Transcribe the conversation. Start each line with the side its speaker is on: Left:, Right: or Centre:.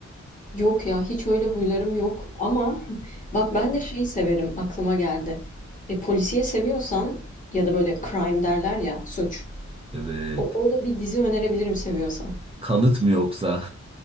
Left: Yok ya hiç öyle huylarım yok ama <laughs> bak ben de şey severim aklıma geldi. E, polisiye seviyorsan ya da böyle crime derler ya suç.
Right: Evet.
Left: O öyle bir dizi önerebilirim seviyorsan.
Right: Kanıt mı yoksa?